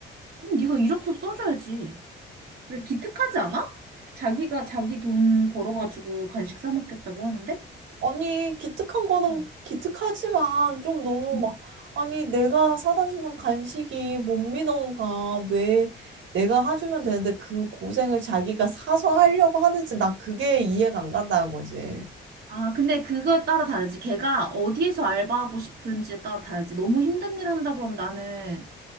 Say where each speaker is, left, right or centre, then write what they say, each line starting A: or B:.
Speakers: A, on the right (about 55°); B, on the right (about 70°).
A: 그럼 네가 이력서 써줘야지. 왜 기특하지 않아? 자기가 자기 돈 벌어가지고 간식 사 먹겠다고 하는데?
B: 아니, 기특한 거는
A: 어,
B: 기특하지만 좀 너무
A: 응.
B: 막, 아니, 내가 사다 주는 간식이 못 믿어온가. 왜 내가 해주면 되는데 그 고생을 자기가 사서 하려고 하는지 난 그게 이해가 안 간다는 거지.
A: 아, 근데 그거에 따라 다르지. 걔가 어디에서 알바하고 싶은지에 따라 다르지. 너무 힘든 일 한다 그럼 나는